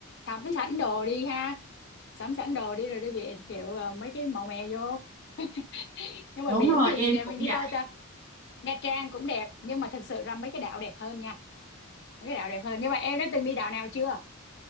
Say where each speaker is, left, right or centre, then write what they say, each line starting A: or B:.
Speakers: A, on the left; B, on the right.
A: Sắm sẵn đồ đi ha, sắm sẵn đồ đi rồi đi biển kiểu ờ, mấy cái màu mè vô. <laughs> Nhưng
B: đúng
A: mà biển
B: rồi
A: thì
B: em
A: để
B: cũng
A: mình đi
B: vậy
A: đâu ta? Nha Trang cũng đẹp nhưng mà thật sự ra mấy cái đảo đẹp hơn nha. Mấy cái đảo đẹp hơn. Nhưng mà em đã từng đi đảo nào chưa?